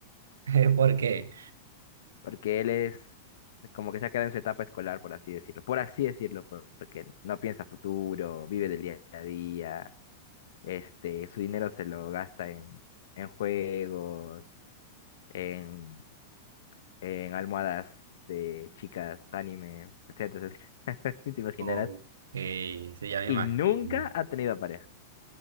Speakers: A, on the right (about 80°); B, on the left (about 70°).
A: <laughs> ¿Por qué?
B: porque él es como que se ha quedado en su etapa escolar, por así decirlo. Por así decirlo, por- porque no piensa futuro, vive del día a día. Este, su dinero se lo gasta en, en juegos, en, en almohadas de chicas, anime, etcétera. Si te imaginarás.
A: Oh, eh, sí, ya me
B: Y
A: imagino.
B: nunca ha tenido pareja.